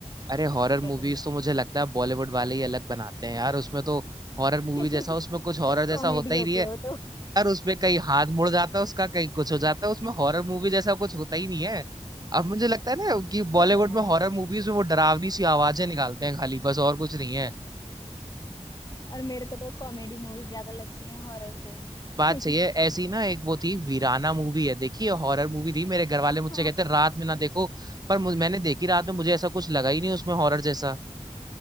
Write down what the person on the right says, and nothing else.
अरे हॉरर मूवीज
तो मुझे लगता है बॉलीवुड वाले ही अलग बनाते हैं यार उसमें तो हॉरर मूवी
जैसा उसमें कुछ हॉरर जैसा
होता ही
नहीं है
यार उसमें कहीं हाथ मुड़ जाता है उसका कहीं कुछ हो जाता है उसमें हॉरर मूवी जैसा कुछ होता ही नहीं है अब मुझे लगता है ना कि
बॉलीवुड
में हॉरर मूवीज में वो डरावनी सी आवाजें निकालते हैं खाली बस और कुछ नहीं है
बात सही
है ऐसी ना एक वो थी वीराना मूवी है देखिए हॉरर मूवी थी मेरे घर वाले मुझसे
कहते रात में ना देखो पर मुझ- मैंने देखी रात में मुझे ऐसा कुछ लगा ही नहीं उसमें हॉरर जैसा